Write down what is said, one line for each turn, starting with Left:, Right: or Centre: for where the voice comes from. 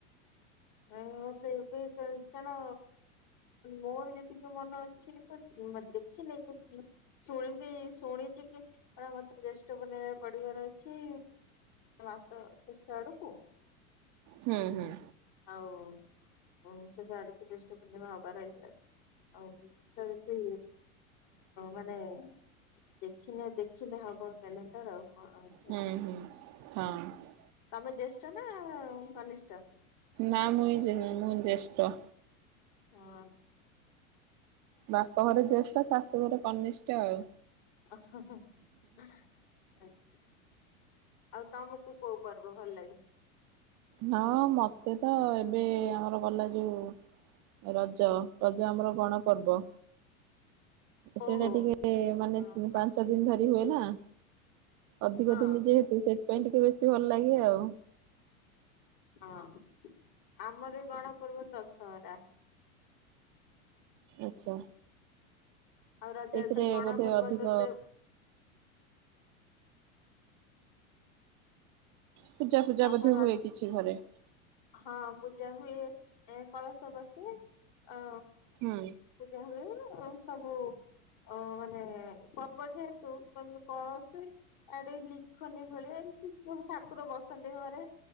Left: ନାଇ ମତେ ଏବେ କାରଣ ମୋର ଯେତିକି ମନ ଅଛି ଦେଖିନି ଶୁଣିଚି ଶୁଣିଛି କି ମତେ ଜେଷ୍ଠ ପୂର୍ଣ୍ଣିମା ପଢିବାର ଅଛି, ମାସ ଶେଷ ଆଡକୁ।
Right: ହୁଁ ହୁଁ।
Left: ଆଉ ସେଷ ଆଡକୁ ଜେଷ୍ଟ ପୂର୍ଣ୍ଣିମା ହବାର ଇଏ ଅଛି ଆଉ ଏତେ କିଚି ମାନେ, ଦେଖିନି ଦେଖିଲେ ହବ କ୍ୟାଲେଣ୍ଡର ଆଉ। ହଁ ଆଚ୍ଛା।
Right: ହୁଁ ହୁଁ ହଁ
Left: ତମେ ଜ୍ୟେଷ୍ଠ ନା କନିଷ୍ଠ।
Right: ନା ମୁଇଁ ଯେ ମୁଇଁ ଜେଷ୍ଟ।
Left: ହଁ।
Right: ବାପଘରେ ଜ୍ୟେଷ୍ଠ ଶାଶୁଘରେ କନିଷ୍ଠ ଆଉ।
Left: <unintelligible> ଆଉ ତମକୁ କୋଉ। ପର୍ବ ଭଲ ଲାଗେ।
Right: ହଁ ମତେ ତ ଏବେ ଆମର ଗଲା ଯୋଉ ରଜ। ରଜ ଆମର ଗଣ। ପର୍ବ। ସେଇଟା
Left: ଓହୋ।
Right: ଟିକେ ମାନେ
Left: ହଁ
Right: ପାଞ୍ଚ ଦିନ ଧରି। ହୁଏ ନା। ଅଧିକ
Left: ହଁ
Right: ଦିନ ଯେହେତୁ ସେ। ପାଇଁ ଟିକେ ବେଶୀ ଭଲ ଲାଗେ ଆଉ।
Left: ହଁ ଆମର ବି ଗଣ ପର୍ବ ଦଶହରା।
Right: ଆଚ୍ଛା।
Left: ଆଉରଜ
Right: ସେଇଥିରେ
Left: ଯେତେ ହେଲେ ଗଣ
Right: ବୋଧେ
Left: ପର୍ବ
Right: ଅଧିକ
Left: ଯେତେ।
Right: ପୂଜା ପୂଜା
Left: ତମର
Right: ବୋଧେ ହୁଏ କିଛି ଘରେ।
Left: ହଁ ପୂଜା ହୁଏ ଏ କଳସ ବସେ। ଅଁ
Right: ହୁଁ
Left: ପୂଜା ହୁଏ। ଏବଂ ସବୁ ଅ ମାନେ ପର୍ବ ଯେହେତୁୁ କଳସି ଆଉ ଲିଖନି ଭଳି। ଜେମତି ସବୁ ଠାକୁର ବସନ୍ତି ଘରେ।